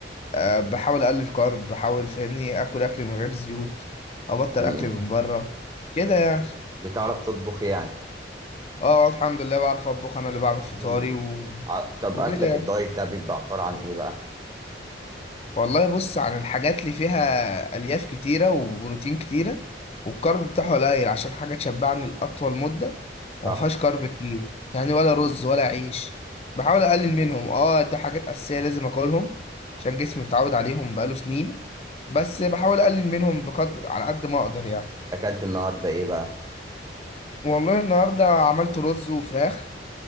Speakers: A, on the left; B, on the right.
A: آه بحاول اقلل كارب بحاول فاهمني اكل اكل من غير زيوت ابطل
B: مم.
A: اكل من بره كده يعني
B: بتعرف تطبخ يعني؟
A: اه الحمد لله بعرف اطبخ انا اللي بعمل فطاري
B: مم.
A: و...
B: ع- طب
A: وكده
B: اكلك
A: يعني.
B: الدايت ده بيبقى عبارة عن ايه بقى؟
A: والله بص عن الحاجات اللي فيها الياف كتيره وبروتين كتيره والكارب بتاعه قليل عشان حاجه تشبعني لاطول مده
B: صح
A: وما فيهاش كارب كتير يعني ولا
B: مم.
A: رز ولا عيش بحاول اقلل
B: مم.
A: منهم اه دي حاجات اساسيه لازم اكلهم عشان جسمي متعود عليهم بقاله سنين بس بحاول اقلل منهم بقدر على قد ما اقدر يعني
B: اكلت النهارده ايه بقى؟
A: والله النهارده عملت رز وفراخ